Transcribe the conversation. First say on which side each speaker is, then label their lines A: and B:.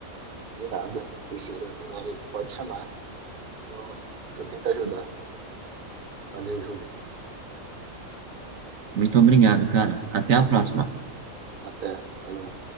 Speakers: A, on the right; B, on the right.
A: De nada. Precisando aí, pode chamar. que eu, que eu tento ajudar. Valeu, Júlio.
B: Muito obrigado, cara. Até a próxima.
A: Até. Falou.